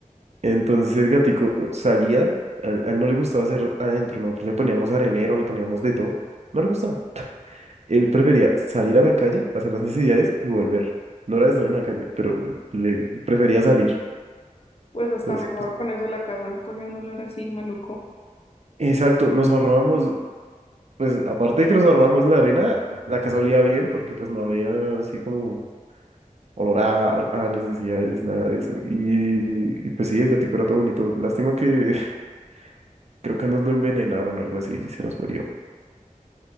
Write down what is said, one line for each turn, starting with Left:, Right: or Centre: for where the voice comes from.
Right: Entonces el gatico salía, a él, a él no le gustaba hacer adentro, nosotros le poníamos arenero, le poníamos de todo, no le gustaba. Él prefería salir a la calle, hacer las necesidades y volver. No era de estar en la calle, pero le prefería salir.
Left: Pues hasta
Right: Entonces,
Left: mejor
Right: pues,
Left: con eso la casa no cogía un olor así maluco.
Right: exacto, nos ahorrábamos, pues aparte de que nos ahorrábamos la arena, la casa olía bien porque pues no había así como olor a, a necesidades, nada de eso. Y, y pues sí, el gatico era todo bonito. Lástima que <laughs> creo que nos lo envenenaron o algo así y se nos murió.